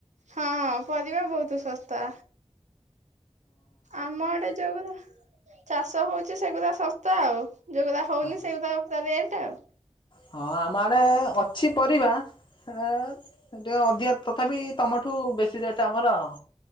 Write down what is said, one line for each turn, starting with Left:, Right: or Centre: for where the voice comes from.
Right: ହଁ ହଁ ପରିବା ବହୁତ ଶସ୍ତା। ଆମ ଆଡେ ଜଉଗୁରା ଚାଷ ହଉଛି ସେଗୁରା ଶସ୍ତା ଆଉ ଯୋଉଗୁଡା ହଉନି
Left: ହଁ
Right: ସେଗୁଡ଼ା ପୁରା ରେଟ୍ ଆଉ।
Left: ହଁ ଆମ ଆଡେ ଅ ଛି ପରିବା କେ ଟିକେ ଅଧିକା ତଥାପି ତୁମଠୁ ବେଶୀ ରେଟ୍ ଆମର ଆଉ।